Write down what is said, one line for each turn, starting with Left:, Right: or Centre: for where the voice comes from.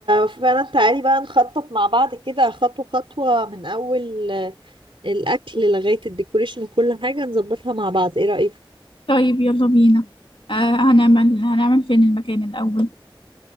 Right: فعلا تعالي بقى نخطط مع بعض كده خطوة خطوة من أول آه، الأكل لغاية الديكوريشن وكل حاجة نظبطها مع بعض ايه رأيك؟
Left: طيب يلا بينا آه هنعمل هنعمل فين المكان الأول